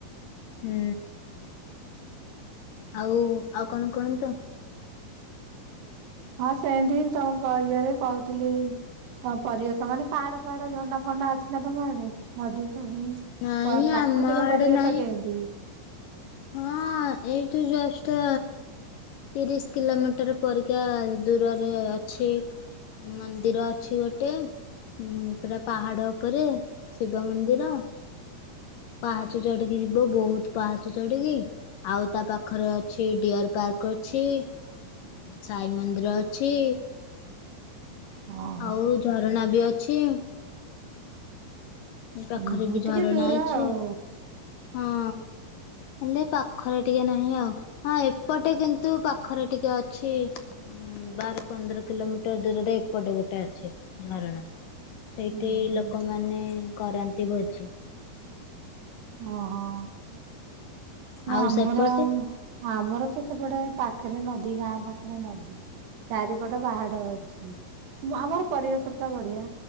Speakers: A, on the left (about 75°); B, on the right (about 80°).
A: ହେ। ଆଉ ଆଉ କଣ କୁହନ୍ତିତ।
B: ହଁ ସେମତି ତମ ଇଏରେ କହୁଥିଲି। ତମ ପରିବେଶ ମାନେ ପାହାଡ ଫାହାଡ, ଝରଣା ଫରଣା ଅଛି ନା ତମ ଆଡେ ନଦୀ ଫଦି
A: ନାଇଁ
B: ପ ପ୍ରାକୃତିକ
A: ଆମ ଆଡେ
B: ପରିବେଶ
A: ନାଇଁ
B: କେମିତି?
A: ହଁ ଏଇଠୁ ଜଷ୍ଟ ତିରିଶି କିଲୋମିଟର ପରିକା ଦୂରରେ ଅଛି। ମନ୍ଦିର ଅଛି ଗୋଟେ। ହୁ। ପୁରା ପାହାଡ଼ ଉପରେ ଶିବ ମନ୍ଦିର। ପାହାଚ ଚଢିକି ଯିବ ବହୁତ ପାହାଚ ଚଢିକି। ଆଉ ତା ପାଖରେ ଅଛି ଡିଅର ପାର୍କ ଅଛି। ସାଇ ମନ୍ଦିର ଅଛି।
B: ହଁ।
A: ଆଉ ଝରଣା ବି ଅଛି। ପାଖରେ
B: ଉଁ ହୁଁ
A: ବି ଝରଣା
B: ଟିକେ ଦୂର
A: ଅଛି
B: ଆଉ।
A: ହଁ। ହେଲେ ପାଖରେ ଟିକେ ନାହିଁ ଆଉ। ହଁ ଏପଟେ କିନ୍ତୁ ପାଖରେ ଟିକେ ଅଛି। ଉଁ ବାର ପନ୍ଦର କିଲୋମିଟର ଦୂରରେ ଏପଟେ ଗୋଟେ ଅଛେ ଝରଣା। ସେଇଟି
B: ହୁଁ ହୁଁ।
A: ଲୋକମାନେ କରନ୍ତି ଭୋଜି।
B: ଓହୋ।
A: ଆଉ
B: ଆମର
A: ସେପଟେ
B: ଆମର ତ ସେପଟେ ପାଖରେ ନଦୀ ଗାଁ ପାଖରେ ନଦୀ। ଚାରିପଟ ବାହାଡ ଅଛି ବା ଆମର ପରିବେଶ ପୁରା ବଢିଆ।